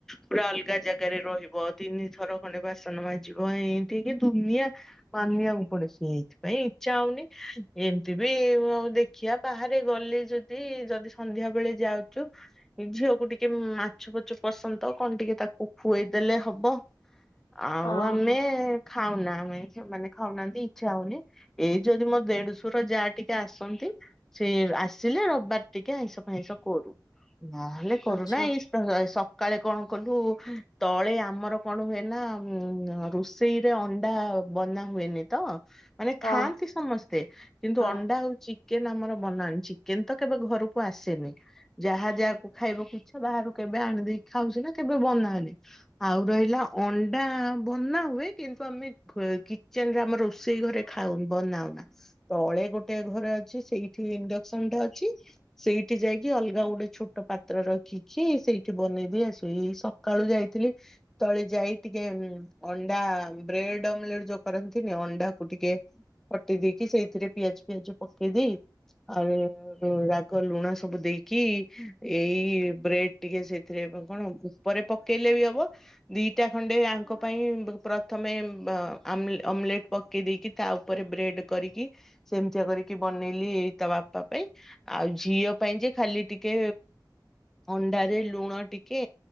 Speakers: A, in the centre; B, on the left (about 60°).
A: ପୁରା ଅଲଗା ଜାଗାରେ ରହିବ, ତିନି ଥର ଖଣ୍ଡେ ବାସନ ମାଜିବ ଏଇ ହେଇକି ଦୁନିଆ <inaudible> ମାନିଆ ପଡେ, ସେଇଥିପାଇଁ ଇଚ୍ଛା ହଉନି, ଏମିତି ବି ଏଉ ଦେଖିବା ବାହାରେ ଗଲେ ଯଦି ଏ, ଯଦି ସନ୍ଧ୍ୟା ବେଳେ ଯାଉଚୁ ଏ ଝିଅକୁ ଟିକେ ମାଛ ଫାଚ ପସନ୍ଦ, କଣ ଟିକେ ତାକୁ ଖୁଆଇଦେଲେ ହବ। ଆଉ
B: ଓହୋ
A: ଆମେ ଖାଉନା, ଆମେ ସେମାନେ ଖାଉନାହାନ୍ତି। ଇଚ୍ଛା ହଉନି, ଏଇ ଯଦି ମୋ ଦେଢଶୁର ଯା ଟିକେ ଆସନ୍ତି। ସେ ଆସିଲେ, ରବିବାର ଟିକେ ଆଇଁସ ଫାଇଁସ କରୁ ନହେଲେ କରୁନା
B: ଆଚ୍ଛା
A: ଏଇ ଆ, ସକାଳେ କଣ କଲୁ ତଳେ ଆମର କଣ ହୁଏନା ଉଁ ରୋଷ ସେଇରେ ଅଣ୍ଡା -ବନା ହୁଏନି। ତ, ମାନେ ଖାଆନ୍ତି
B: ଓ
A: ସମସ୍ତେ, କିନ୍ତୁ
B: ହଁ।
A: ଅଣ୍ଡା ହଉଚି କେନ୍ ଆମର ବନାନ୍‌, ଚିକେନ ତ କେବେ ଘରକୁ ଆସେନି। ଯାହା ଯାହାକୁ ଖାଇବାକୁ ଇଛା, ବାହାରୁ କେବେ ଆଣିଦେଇି ଖାଉଛିନା କେବେ ବନାଉନି। ଆଉ ରହିଲା ଅଣ୍ଡା ବନାହୁଏ, କିନ୍ତୁ ଆମେ କିଚେନରେ ଆମର ରୋଷେଇ ଘରେ ଖାଉନ ବନାଉନା। ତଳେ ଗୋଟେ ଘରେ ଅଛି ସେଇଠି ଇଣ୍ଡକ୍ସନଟା ଅଛି। ସେଇଠି ଯାଇକି ଅଲଗା ଗୋଟେ ଛୋଟ ପାତ୍ର ରଖିକି ସେଇଠି ବନେଇଦେଇଆସୁ ସେଇ ସ ସକାଳୁ ଯାଇଥିଲି ତଳେ ଯାଇ ଟିକେ ଅଣ୍ଡା ବ୍ରେଡ ଅମଲେଟ ଯୋଉ କରନ୍ତି। ଅଣ୍ଡାକୁ ଟିକେ କଟିଦେଇକି ସେଇଥିରେ ପିଆଜ ଫିଆଜ ପକେଇ ଦେଇ ଆଉ ହଁ ରାଗ ଲୁଣସବୁ ଦେଇକି ଏଇ ବ୍ରେଡଟିକେ ସେଥିରେ କଣ? ପରେ ପକେଇଲେବି ହବ ଦିଟା ଖଣ୍ଡେ ଆଙ୍କପାଇଁ ପ୍ରଥମେ ଆମେଲେ ଅମଲେଟ ପକେଇ ଦେଇକି ତାଉପରେ ବ୍ରେଡ କରିକି ସେମିତିଆ କରିକି ବନେଇଲି ଏଇ ତାବାପା ପାଇଁ। ! ଆଉ ଝିଅ ପାଇଁଯେ ଖାଲି ଟିକେ ଅଣ୍ଡାରେ ଲୁଣ ଟିକେ